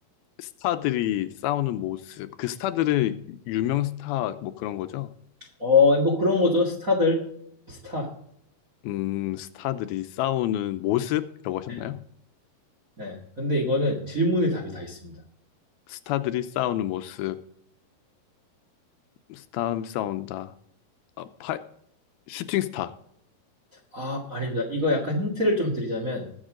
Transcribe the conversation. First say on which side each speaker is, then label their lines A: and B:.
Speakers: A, on the left (about 80°); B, on the right (about 35°).
A: 스타들이 싸우는 모습. 그 스타들은 유명 스타 뭐 그런 거죠?
B: 어, 뭐 그런 거죠. 스타들. 스타.
A: 음, 스타들이 싸우는 모습이라고 하셨나요?
B: 네. 네. 근데 이거는 질문의 답이 다 있습니다.
A: 스타들이 싸우는 모습. 스타 싸운다. 아, 파, 슈팅 스타.
B: 아, 아닙니다. 이거 약간 힌트를 좀 드리자면,